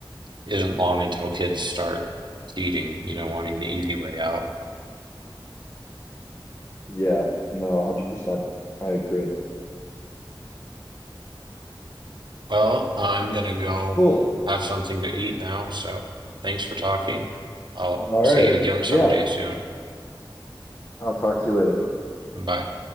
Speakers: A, on the right (about 60°); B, on the left (about 35°).
A: isn't long until kids start cheating, you know, wanting the easy way out.
B: Yeah, no, 100%. I agree.
A: Well, I'm gonna go
B: Cool.
A: have something to eat now, so thanks for talking. I'll
B: All
A: see
B: right.
A: you again someday
B: Yeah,
A: soon.
B: I'll talk to you later.
A: Bye.